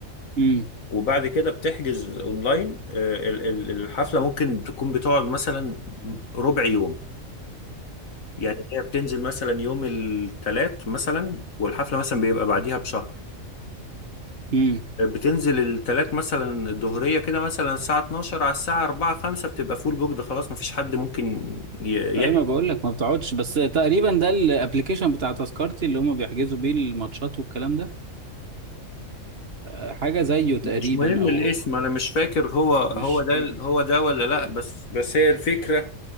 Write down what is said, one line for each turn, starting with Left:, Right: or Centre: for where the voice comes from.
Right: امم
Left: وبعد كده بتحجز اونلاين آه، ال- ال- الحفله ممكن تكون بتقعد مثلا ربع يوم يعني هي بتنزل مثلا يوم الثلاث مثلا والحفله مثلا بيبقى بعديها بشهر
Right: امم
Left: آه، بتنزل الثلاث مثلا الظهريه كده مثلا الساعه 12 على الساعه 4 5 بتبقى فول بوك ده خلاص مفيش حد ممكن ي-
Right: ايوه
Left: يحجز
Right: ما بقول لك ما بتقعدش بس تقريبا ده الابلكيشن بتاع تذكرتي اللي هم بيحجزوا بيه الماتشات والكلام ده آه، حاجه زيه تقريبا
Left: مش مهم
Right: او
Left: الاسم
Right: هو
Left: انا مش فاكر هو هو
Right: مش
Left: ده
Right: فاكر
Left: ال- هو ده ولا لا بس بس هي الفكره